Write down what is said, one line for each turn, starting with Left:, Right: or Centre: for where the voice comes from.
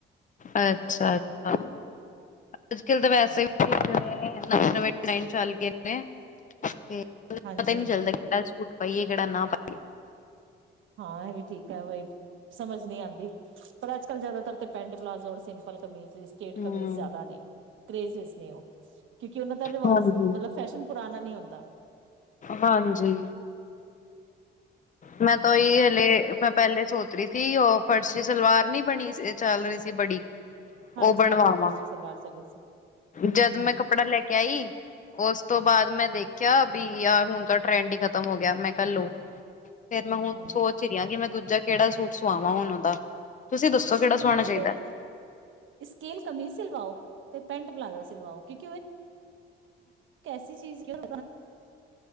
Left: ਅੱਛਾ- ਅੱਛਾ। ਅੱਜ-ਕੱਲ੍ਹ ਤਾਂ ਵੈਸੇ
Right: ਹਾਂਜੀ
Left: ਵੀ ਨਵੇਂ-ਨਵੇਂ ਡਿਜ਼ਾਇਨ ਚੱਲ ਗਏ। ਮੈਂ ਤੇ ਮਤਲਬ,
Right: ਹਾਂਜੀ
Left: ਪਤਾ ਹੀ ਨਹੀਂ
Right: ਹਾਂਜੀ
Left: ਚੱਲਦਾ ਕਿਹੜਾ ਸੂਟ ਪਾਈਏ, ਕਿਹੜਾ ਨਾ ਪਾਈਏ। <inaudible>
Right: ਹਾਂ, ਇਹ ਵੀ ਠੀਕ ਹੈ ਬਈ ਸਮਝ ਨਹੀਂ ਆਉਂਦੀ। ਪਰ ਅੱਜ ਕੱਲ੍ਹ ਜ਼ਿਆਦਾਤਰ ਪੈਂਟ, ਪਲਾਜੋ ਔਰ ਸਿੰਪਲ ਕਮੀਜ਼, ਸਟੇਟ
Left: ਪਾਈਏ
Right: ਕਮੀਜ਼
Left: ਹੂੰ
Right: ਜ਼ਿਆਦਾ ਨੇ ਕਰੇਜ ਵਿਚ ਨੇ ਔ, ਕਿਉਂਕਿ ਉਹ ਦਾ ਰਿਵਾਜ਼
Left: ਹਾਂਜੀ
Right: ਮਤਲਬ ਫੈਸ਼ਨ ਪੁਰਾਣਾ ਨੀ ਹੁੰਦਾ।
Left: ਹਾਂਜੀ। ਮੈਂ ਉਹੀ ਹਲੇ ਮੈਂ ਪਹਿਲੇ ਸੋਚ ਰਹੀ ਸੀ। ਕੀ ਉਹ ਫੜਸੀ ਸਲਵਾਰ ਨੀ ਬਣੀ ਚੱਲ ਰਹੀ ਸੀ ਬੜੀ।
Right: ਹਾਂਜੀ
Left: ਉਹ ਬਣਵਾਵਾਂ,
Right: ਹਾਂਜੀ ਫਰਸ਼ੀ ਸਲਵਾਰ ਚੱਲੇ ਸੀ
Left: ਜਦ
Right: ਹਮ ਹਮ
Left: ਮੈਂ ਕੱਪੜਾ ਲੈ ਕੇ ਆਈ ਉਸ ਤੋਂ ਬਾਅਦ ਮੈਂ ਦੇਖਿਆ ਵੀ ਯਾਰ ਹੁਣ ਤਾਂ ਟਰੈਂਡ ਹੀ ਖ਼ਤਮ ਹੋ ਗਿਆ ਮੈਂ ਕਿਹਾ ਲੋ। ਫੇਰ ਮੈਂ ਹੁਣ
Right: ਹਮ
Left: ਸੋਚ ਰਹੀ ਹਾਂ ਕਿ ਮੈਂ ਦੂਜਾ ਕਿਹੜਾ ਸੂਟ ਸਵਾਵਾਂ ਹੁਨ ਉਹਦਾ। ਤੁਸੀਂ ਦੱਸੋ ਕਿਹੜਾ
Right: ਸਿੰਪਲ
Left: ਸਵਾਣਾ ਚਾਹੀਦਾ
Right: ਹੋਏ, ਸਕੇਲ ਕਮੀਜ਼ ਸਿਲਵਾਓ ਤੇ ਪੈਂਟ ਪਲਾਜੋ ਸ ਸਿਲਵਾਓ ਕਿਉਂਕਿ ਕੈਸੀ ਚੀਜ਼ <inaudible> ਸਕੇਲ